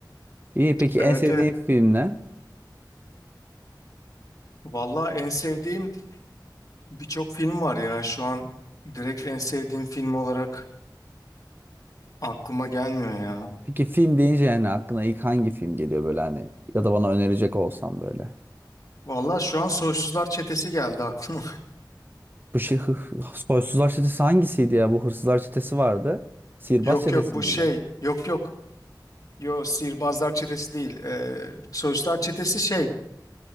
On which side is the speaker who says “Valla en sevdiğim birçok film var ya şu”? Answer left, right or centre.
Left